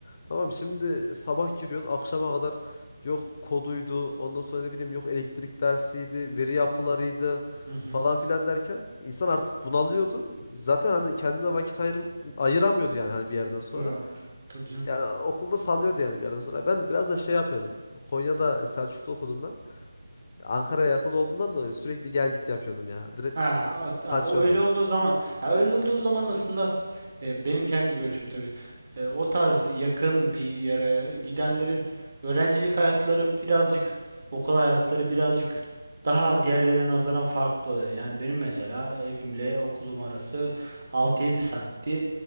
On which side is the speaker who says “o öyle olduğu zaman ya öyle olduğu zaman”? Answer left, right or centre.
Right